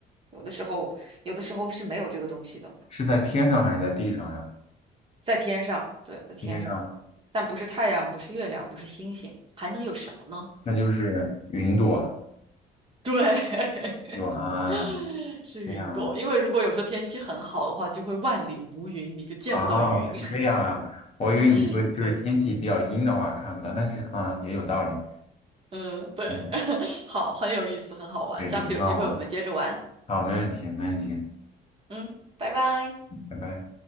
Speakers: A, on the right; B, on the left.
A: 有的时候，有的时候是没有这个东西的，
B: 是在天上还是在地上呀？
A: 在天上，对，在天上，
B: 天上，
A: 但不是太阳，不是月亮，不是星星，还能有什么呢？
B: 那就是云朵，
A: 对，
B: 对吧？啊，
A: <laughs> 是云朵。
B: 这样。
A: 因为如果有时候天气很好的话，就会万里无云，你就见不到云。
B: 哦，是这样啊，我以为你说就是天气比较阴的话看不到，
A: <laughs> 对，
B: 但是啊，也有道理。
A: 嗯，对，
B: 嗯，
A: <laughs> 好，很有意思，很好玩。
B: 对对，
A: 下次有机会我们接着玩。
B: 很好玩。好，没问题，没问题，
A: 嗯，拜拜。
B: 拜拜。